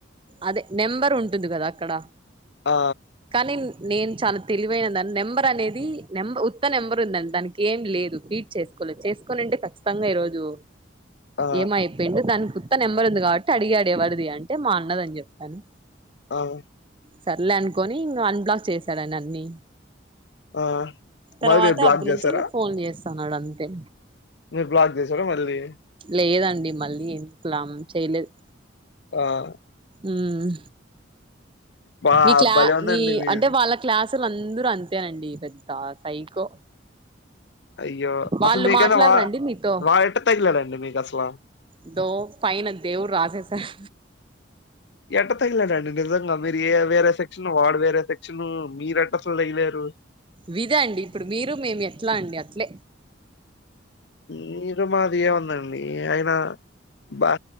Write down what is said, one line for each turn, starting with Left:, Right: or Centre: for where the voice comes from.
Right: అదే నెంబర్ ఉంటుంది కదా అక్కడ
Left: ఆ
Right: కానీ నేను చాలా తెలివైనదా నెంబర్ అనేది నెంబర్ ఉత్త నెంబర్ ఉందంట దానికేం లేదు చేస్కోలేదు చేసుకోనంటేట ఖచ్చితంగా ఈరోజు
Left: ఆ!
Right: ఏమైపోయిండు దానికి ఉత్త నెంబరుంది కాబట్టి అడిగాడు ఎవరిది అంటే మా అన్నదని చెప్పాను
Left: ఆహ్
Right: సర్లే అనుకొని ఇం అన్బ్లాక్ చేశాడు అండి అన్ని
Left: ఆ!
Right: తర్వాత
Left: మరి మీరు బ్లాక్
Right: అబ్బు
Left: జేసారా?
Right: నుంచి ఇంక ఫోన్ చేస్తాన్నాడు అంతే
Left: మీరు బ్లాక్ చేసార మళ్ళీ
Right: లేదండి మళ్ళీ ఎందుకులం చేయ్లేదు
Left: ఆహ్
Right: ఉమ్మ్
Left: బా
Right: ఇట్లా
Left: భలే ఉందండి
Right: నీ
Left: మీది.
Right: అంటే వాళ్ళ క్లాసుల అందరూ అంతేఅండి పెద్ద సైకో
Left: అయ్యో
Right: వాళ్ళు
Left: అసలు మీకైనా
Right: మాట్లాడరండి
Left: వా-వడెట్ట
Right: మీతో
Left: తగిలాడండి మీకు అసల
Right: అయ్యో ఫైన దేవుడు రాసెసాడు
Left: ఎట్ట తగిలేడండి నిజంగా మీరు ఏ వేరే సెక్షన్ వాడు వేరే సెక్షన్ మీరు ఎట్ట అసలు తగిలేరు
Right: విదండి ఇప్పుడు మీరు మేము ఎట్లా అండి అట్లే
Left: మీరు మాదియే ఉందండి అయిన బా